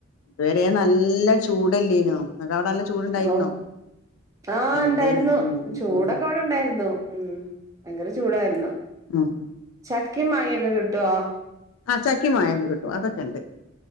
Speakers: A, on the left; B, on the right.
A: ഇതുവരെ നല്ല ചൂടല്ലായിനോ നിങ്ങക്ക് അവിടെ ചൂടുണ്ടായിരുന്നോ?
B: ഔ ആഹ്
A: എന്തേന്
B: ഇണ്ടായിരുന്നു
A: ഉം ഉം
B: ചൂടൊക്കെ
A: ഉം
B: ഇവിടെ ഇണ്ടായിരുന്നു ഉം ഭയങ്കര ചൂടായിരുന്നു
A: ഉമ്മ്
B: ചക്കിം മാങ്ങൊക്കെ കിട്ടോ?
A: ആഹ് ചക്കിം മാങ്ങോക്കെ കിട്ടും അതൊക്കെ ഇണ്ട്